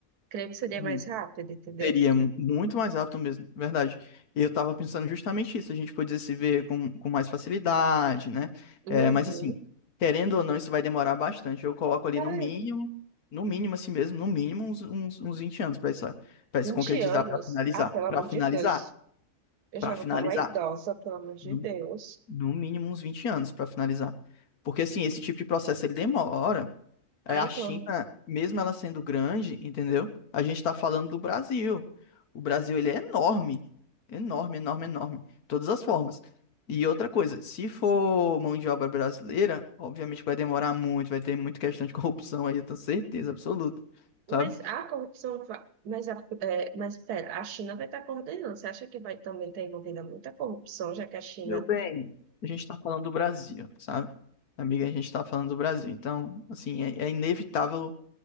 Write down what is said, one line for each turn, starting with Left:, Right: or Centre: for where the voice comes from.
Right: creio que seria
Left: hum.
Right: mais rápido, entendeu?
Left: Seria mu- muito mais rápido mesmo, verdade. Eu tava pensando justamente isso, a gente podia se ver com, com mais facilidade, né?
Right: Uhum.
Left: É, mas assim, querendo ou não, isso vai demorar bastante. Eu coloco ali
Right: Ai,
Left: no mínimo, no mínimo assim mesmo, no mínimo uns, uns, uns 20 anos pra isso, para
Right: 20
Left: se concretizar,
Right: anos.
Left: pra finalizar,
Right: Ah, pelo amor
Left: pra finalizar,
Right: de Deus. Eu
Left: pra
Right: já vou
Left: finalizar.
Right: estar uma idosa, pelo amor de
Left: No,
Right: Deus.
Left: no mínimo uns 20 anos pra finalizar. Porque assim, esse tipo de processo ele demora. É,
Right: Ah,
Left: A
Right: então.
Left: China, mesmo ela sendo grande, entendeu? A gente tá falando do Brasil. O Brasil, ele é enorme. Enorme, enorme, enorme. de Todas as formas. E outra coisa, se for mão de obra brasileira, obviamente vai demorar muito, vai ter muita questão de <laughs> corrupção aí, eu tenho certeza absoluta, sabe?
Right: Mas a corrupção. va- Mas, a, é, mas espera, a China vai estar coordenando. Você acha que vai também estar envolvida muita corrupção, já que a China.
Left: Meu bem. A gente tá falando do Brasil, sabe? Amiga, a gente tá falando do Brasil. Então, assim, é, é inevitável